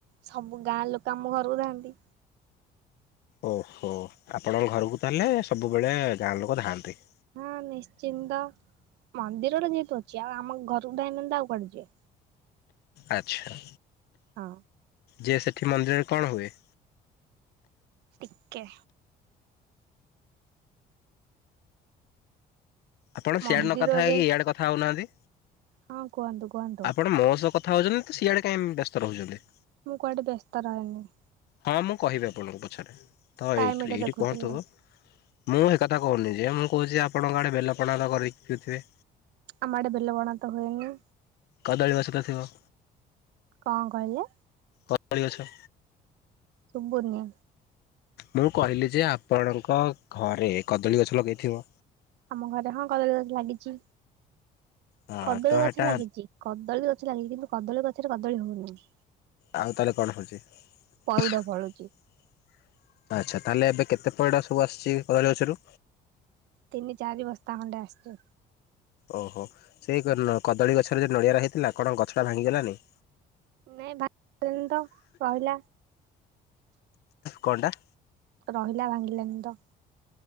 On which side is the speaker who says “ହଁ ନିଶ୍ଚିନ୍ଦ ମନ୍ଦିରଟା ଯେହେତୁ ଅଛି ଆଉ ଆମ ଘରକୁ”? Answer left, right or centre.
Right